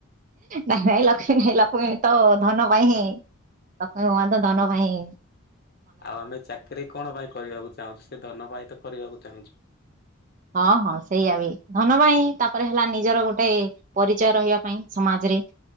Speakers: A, on the right; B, on the left.
A: ନାଇଁ ନାଇଁ ଲକ୍ଷ୍ମୀ ନାଇଁ ଲକ୍ଷ୍ମୀ ତ ଧନ ପାଇଁ ହିଁ। ଲକ୍ଷ୍ମୀ ଭଗବାନ ତ ଧନ ପାଇଁ ହିଁ।
B: ଆଉ ଆମେ ଚାକିରି କଣ ପାଇଁ କରିବାକୁ ଚାହୁଁଛୁ। ସେ ଧନ ପାଇଁ ତ କରିବାକୁ ଚାହୁଁଛୁ।
A: ହଁ ହଁ ସେଇଆ ବି ଧନ ବାଇଁ ତାପରେ ହେଲା ନିଜର ଗୋଟେ ପରିଚୟ ରହିବା ପାଇଁ। ସମାଜ ରେ